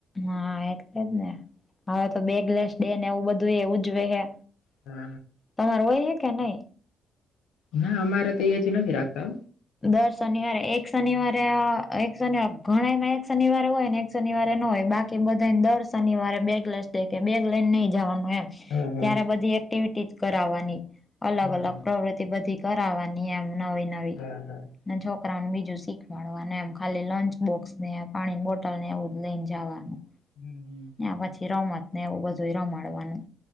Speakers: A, on the left (about 20°); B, on the left (about 85°).
A: હા એટલે જ ને હવે તો બેગલેસ દેને એવું બધું એ ઉજવે હે
B: હવાર
A: તમારે હોય હે કે નહી
B: ના અમારે તો એ જ નથી રાખતા
A: દર શનિવારે એક શનિવારે એક શનિવારે ઘણા એમાં એક શનિવારે હોય ને શનિવારે ન હોય બાકી બધાને દર શનિવારે બેગ લસ દે કે બેગ લઈને નહી જવાનું એમ ત્યારે
B: હો હા
A: બધી એક્ટિવિટી કરાવવાની અલગ
B: હા
A: અલગ પ્રવૃતિ બધી કરવાની એમ નવી નવી
B: <unintelligible>
A: ને છોકરાઓને બીજું શીખવાડવાને એમ ખાલી લંચ બોક્સ ને પાણી બોટલ ને એવું લઈને જવાનું
B: હમ્મ હમ્મ
A: પછી રમત ને એવું બધું રમાડવાનું